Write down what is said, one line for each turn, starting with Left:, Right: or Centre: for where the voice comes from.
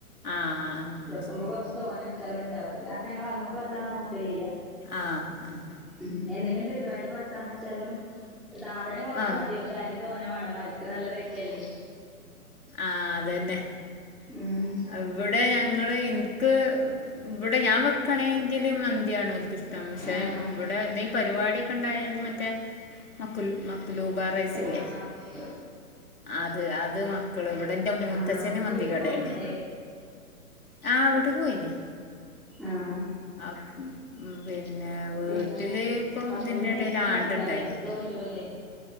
Left: ആ ആ
Centre: വെക്കുമ്പോ
Left: ശരി
Centre: കൊറച്ച് തോന്ന വെച്ചാലും ഉണ്ടാവും അത് കാരണം ഞങ്ങൾ അമ്മക്ക് വല്ലാതെ നോക്കലില്ല
Left: ആഹ് ആഹ്
Centre: ഉമ് എന്തെങ്കിലും പരിപാടിക്ക് വെക്കാന്ന് വെച്ചാലും സാധനംകൊറച്ച്മതി
Left: ആ
Centre: പക്ഷെഅരി തോനെവാണം അരിക്ക്നല്ല റേറ്റ്അല്ലേ.
Left: ആഹ് അതന്നെ
Centre: ഉമ്
Left: ഇവിടെ ഞങ്ങള് ഇൻക്ക് ഇവിടെഞാൻ വെക്കയാണെങ്കില് മന്തിയാണ്ഓൽക്കിഷ്ട്ടം പക്ഷെ
Centre: ആഹ്
Left: ഇവിടെഎന്തെപരിപാടിയെ കണ്ടായാൽമറ്റേ മക്കുൽ മക്കുലൂബറൈസ്സില്ലേ
Centre: ആഹ് ആഹ്
Left: അത് അത് മക്കള് ഇവിടെ ന്റെ മൂത്തച്ഛന്
Centre: ആഹ്
Left: മന്തി
Centre: വീട്ടിൽ
Left: കടെണ്
Centre: പോയിന്നില്ലേ
Left: ആഹ് വീട്ട്ക്ക് പോയിനീ
Centre: ആഹ്
Left: അഹ് ഉം ഉം പിന്നെവീട്ടില്ഇപ്പം
Centre: പിന്നെ ഹസ്ബൻഡ്
Left: ഇതിന്റെടേല്ആണ്ടുണ്ടായിന്.
Centre: നീച്ചിട്ടുണ്ടാവില്ല അല്ലെ ഇന്നിപ്പോ ലീവല്ലേ